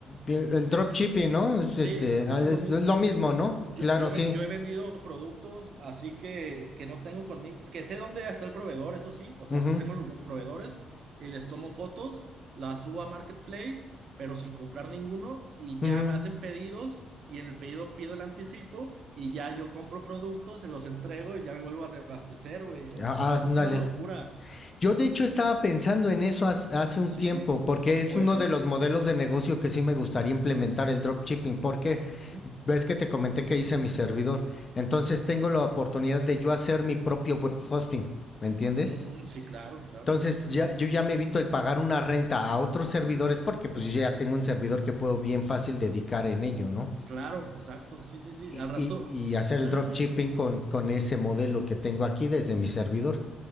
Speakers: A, on the left; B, on the right.
A: El, el dropshipping, ¿no? Es,
B: Sí,
A: este,
B: ajá,
A: ah, es-
B: es lo mismo.
A: es lo mismo, ¿no?
B: Yo,
A: Claro,
B: yo, me,
A: sí.
B: yo he vendido productos así que, que no tengo conmigo, que sé dónde está el proveedor, eso sí, o sea,
A: Ujú,
B: sí tengo los proveedores y les tomo fotos, las subo a Marketplace, pero sin comprar ninguno y ya
A: ujú.
B: me hacen pedidos y en el pedido pido el anticipo y ya yo compro productos, se los entrego y ya me vuelvo a reabastecer, güey. O
A: Ah,
B: o
A: ah,
B: sea,
A: ándale.
B: eso es una locura.
A: Yo de hecho estaba pensando en eso haz- hace un
B: Sí,
A: tiempo, porque
B: se
A: es
B: puede.
A: uno de los modelos de negocio que sí me gustaría implementar el dropshipping, porque
B: Ujú.
A: ves que te comenté que hice mi servidor. Entonces tengo la oportunidad de yo hacer mi propio web hosting, ¿me entiendes?
B: Mm, sí, claro, claro.
A: Entonces ya, yo ya me evito el pagar una renta a otros servidores porque pues yo ya tengo un servidor que puedo bien fácil dedicar en ello, ¿no?
B: Claro, exacto, sí, sí, sí.
A: Y,
B: Al rato.
A: y- y hacer el
B: <laughs>
A: dropshipping con, con ese modelo que tengo aquí desde mi servidor.